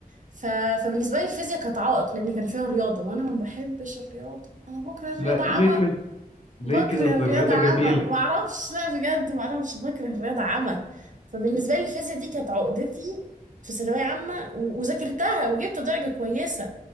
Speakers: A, on the right; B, on the left.
A: ف... فبالنسبه لي الفيزياء كانت عائق لان كان فيها رياضه وانا ما بحبش الرياضه انا بكره الرياضه
B: لا
A: عامه
B: ليه كده ليه
A: بكره
B: كده
A: الرياضة
B: ده الرياضة
A: عمى
B: جميلة
A: معرفش لا بجد معرفش بكره الرياضة عمى فبالنسبة لي الفيزياء دي كانت عقدتي في ثانوية عامة و- وذاكرتها وجبت درجة كويسة